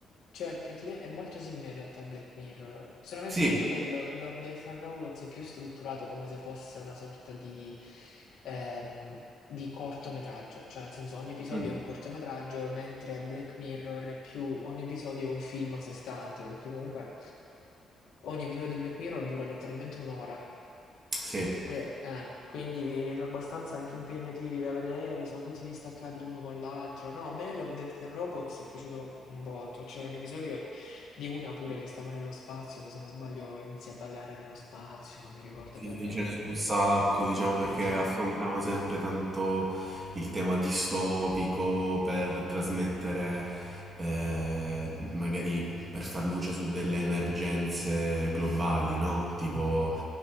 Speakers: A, on the left (about 80°); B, on the right (about 30°).
A: Cioè, praticamente è molto simile in realtà a Black Mirror, solamente
B: Sì.
A: che magari Lo- Love, Death and Robots è più strutturato come se fosse una sorta di, ehm, di cortometraggio, cioè nel senso ogni episodio
B: Mm.
A: è un cortometraggio, mentre Black Mirror è più ogni episodio è un film a sé stante, perché comunque ogni episodio di Black Mirror dura letteralmente un'ora.
B: Sì.
A: Pure- eh, quindi sono abbastanza anche impegnativi da vedere, sono tutti distaccati l'uno con l'altro. No, a me Love, Death and Robots è piaciuto un botto. C'era un episodio di una pure che stava nello spazio, che se non sbaglio inizia a vagare nello spazio, non mi ricordo
B: Sì,
A: per,
B: ce ne sono un sacco, diciamo, perché
A: per chiamare.
B: affrontano sempre tanto il tema distopico per trasmettere, eh, magari per far luce su delle emergenze globali, no? Tipo
A: Mm,